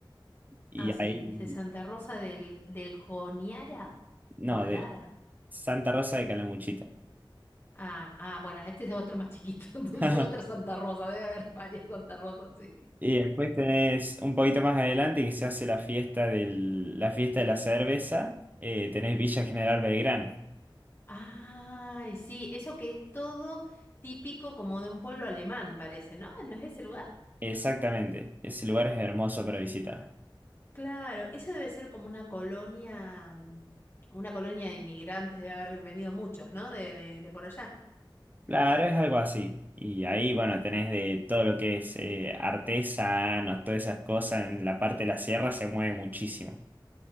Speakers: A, on the right; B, on the left.
A: Y
B: Ah, sí,
A: ahí,
B: dice Santa Rosa del, del Coniara
A: no,
B: con
A: de
B: Lara.
A: Santa Rosa de Calamuchita.
B: Ah, ah, bueno, este es otro más chiquito, <laughs> entonces
A: <laughs>
B: otra Santa Rosa, debe haber varias Santa Rosas, sí.
A: Y después tenés un poquito más adelante que se hace la fiesta del, la fiesta de la cerveza, eh, tenés Villa General Belgrano.
B: Ay, sí, eso que es todo típico como de un pueblo alemán, parece, ¿no? ¿No es ese lugar?
A: Exactamente, ese lugar es hermoso para visitar.
B: Claro, eso debe ser como una colonia, mm, una colonia de inmigrantes, debe haber venido muchos, ¿no? De, de, de por allá.
A: Claro, es algo así. Y ahí, bueno, tenés de todo lo que es eh, artesanos, todas esas cosas en la parte de la sierra se mueve muchísimo.